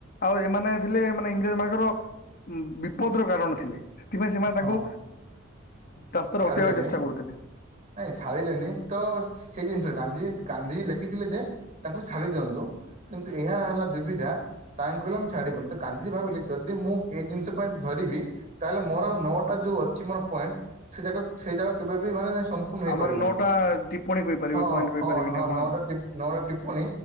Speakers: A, on the left (about 45°); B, on the right (about 40°).
A: ଆଉ ଏମାନେ ଥିଲେ ମାନେ ଇଂଗ୍ରେଜ ମାନଙ୍କର ବିପଦର କାରଣ ଥିଲେ। ସେଥିପାଇଁ ସେମାନେ ତାଙ୍କୁ
B: ହଁ
A: ରାସ୍ତାରୁ
B: ଛାଡିଲେନି
A: ହଟେଇବା ପାଇଁ ଚେଷ୍ଟା କରୁଥିଲେ।
B: ନାଇଁ ଛାଡିଲେନି ତ ସେଇ ଜିନିଷ ଗାନ୍ଧୀ ଗାନ୍ଧି ଲେଖିଥିଲେ ଯେ ତାଙ୍କୁ ଛାଡି ଦିଅନ୍ତୁ କିନ୍ତୁ ଏହା ହେଲା ଦୁବିଧା ତାଙ୍କେ କହିଲେ ଆମେ ଛାଡିବୁନି। ତ ଗାନ୍ଧିଜୀ ଭାବିଲେ ଯଦି ମୁଁ ଏଇ ଜିନିଷ ପାଇଁ ଧରିବି ତାହେଲେ ମୋର ଆଉ ନଅଟା ଯୋଉ ଅଛି ମୋର ପଏଣ୍ଟ ସେ ଯାଗା ସେଇ ଜାଗାକୁ କେବେ ବି ମାନେ ସମ୍ପୂର୍ଣ୍ଣ ହେଇପାରିବନି।
A: ଆମର ନଅଟା ଟିପ୍ପଣୀ କହିପାରିବେ
B: ହଁ
A: ପଏଣ୍ଟ କହିପାରିବେନି
B: ହଁ ହଁ
A: ଆପଣ।
B: ନଅ <unintelligible> ନଅଟା ଟିପ୍ପଣୀ